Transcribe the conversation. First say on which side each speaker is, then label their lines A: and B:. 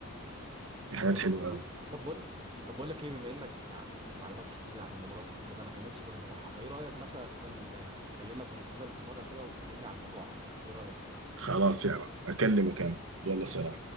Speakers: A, on the right (about 65°); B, on the right (about 20°).
A: في حاجات
B: جامد
A: حلوة
B: والله
A: أوي
B: طب بقول طب بقول لك ايه بما انك عندك معلومات كتير عن الامارات وكده انا كان نفسي برضه اروحها فايه رايك مثلا آه، اكلمك ونتقابل في مره كده وتكلمني عن الموضوع اكتر ايه رايك
A: خلاص يا عم أكلمك أنا يلا سلام